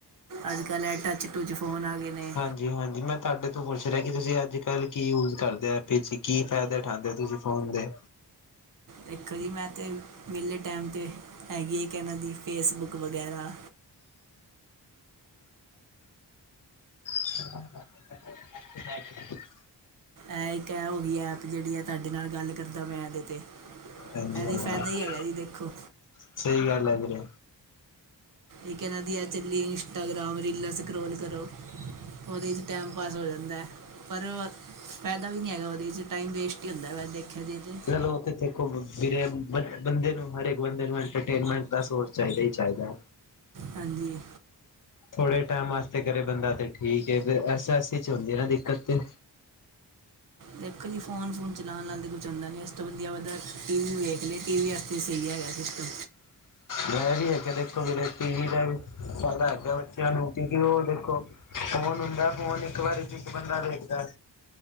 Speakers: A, on the right; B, on the left.
A: ਅੱਜ-ਕੱਲ੍ਹ ਐ ਟੱਚ-ਟੂਚ ਫੋਨ ਆ ਗੇ ਨੇ।
B: ਜੀ ਹਾਂਜੀ, ਮੈਂ ਤਾਡੇ ਤੋਂ ਪੁੱਛ ਰਿਆ, ਕਿ ਤੁਸੀਂ ਅੱਜ-ਕੱਲ੍ਹ ਕੀ ਯੂਜ਼ ਕਰਦੇ ਐ ਪੀ ਚੀ ਕੀ ਫੈਦੇ ਉਠਾੰਦੇ ਔ, ਤੁਸੀਂ ਫੋਨ ਦੇ?
A: ਦੇਖੋ ਜੀ ਮੈਂ ਤੇ ਵੇਲੇ ਟੈਮ 'ਤੇ ਹੈਗੀ ਏ ਏਕ ਐਨਾਂ ਦੀ ਫੇਸਬੁੱਕ ਵਗੈਰਾ
B: <inaudible> <unintelligible>
A: ਐ ਇੱਕ ਐ ਹੋ ਗੀ ਐਪ, ਜੇੜੀ ਐ ਤਾਡੇ ਨਾਲ ਗੱਲ ਕਰਦਾ ਪੇਆ ਐਦੇ ਤੇ।
B: ਹਾਂਜੀ
A: ਐਦੀ
B: ਹਾਂਜੀ
A: ਫੈਦਾ ਈ ਹੈਗੈ ਜੀ, ਦੇਖੋ।
B: ਸਹੀ ਗੱਲ ਐ ਵੀਰੇ।
A: ਇਕ ਐਨਾ ਦੀ ਐ ਚੱਲੀ ਏ ਇੰਸਟਾਗ੍ਰਾਮ, ਰੀਲਾਂ ਸਕਰੋਲ ਕਰੋ। ਓਦੇ ਇਚ ਟੈਮ ਪਾਸ ਹੋ ਜਾਂਦੈ। ਪਰ ਅ ਫੈਦਾ ਵੀ ਨੀ ਹੈਗਾ ਓਦੇ 'ਚ ਟਾਈਮ ਵੇਸਟ ਈ ਹੁੰਦੈ ਵੈ ਦੇਖਿਆ ਜਾਏ ਤੇ।
B: ਚਲੋ ਓ ਤੇ ਦੇਖੋ ਵੀਰੇ ਬੰ-ਬੰਦੇ ਨੂੰ ਹਰਏਕ ਬੰਦੇ ਨੂੰ ਐੰਟਰਟੇਨਮੈਂਟ ਦਾ ਸੋਰ ਚਾਈਦੈ ਈ ਚਾਈਦੈ।
A: ਹਾਂਜੀ
B: ਥੋੜੇ ਟੈਮ ਆਸਤੇ ਕਰੇ ਬੰਦਾ ਤੇ ਠੀਕ ਏ। ਤੇ ਐਸਾ ਐਸੀ ਚ ਹੋੰਦੀ ਏ ਨਾ ਦਿੱਕਤ ਤੇ।
A: ਦੇਖੋ ਜੀ, ਫੋਨ-ਫੂਨ ਚਲਾਣ ਨਾਲ ਤੇ ਕੁੱਛ ਹੁੰਦਾ ਨੀ, ਇਸ ਤੋਂ ਵੰਧੀਆ ਵਧੈ ਟੀ ਵੀ ਵੇਖ ਲੇ। ਟੀ ਵੀ ਅ ਤੇ ਸਈ ਹੈਗੈ ਸਿਸਟਮ।
B: ਮੈਂ ਵੀ ਅੱਗੇ ਦੇਖੋ ਵੀਰੇ ਟੀ ਵੀ ਦਾ ਵੀ ਫੈਦਾ ਹੈਗਾ ਬੱਚਿਆਂ ਨੂੰ, ਕਿਉਂਕਿ ਓਹ ਦੇਖੋ ਫੋਨ ਹੁੰਦੈ, ਫੋਨ ਇਕ ਵਾਰੀ ਚ ਇਕ ਬੰਦਾ ਵੇਖਦੈ।